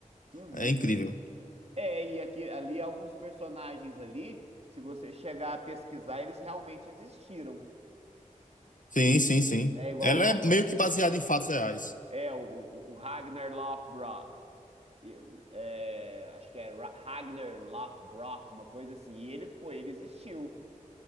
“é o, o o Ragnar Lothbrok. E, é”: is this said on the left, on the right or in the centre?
Right